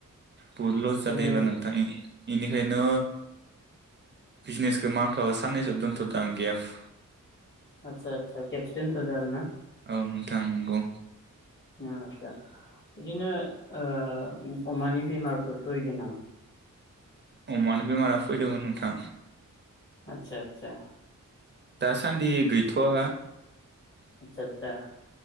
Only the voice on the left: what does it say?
बिदिनो
आदसा आदसा गेफ्स दोन्थदो आरो ना?
उम आदसा बिदिनो ओ अमानि बेमारफोर फैदों नामा?
आतसा आतसा।
आतसा आतसा।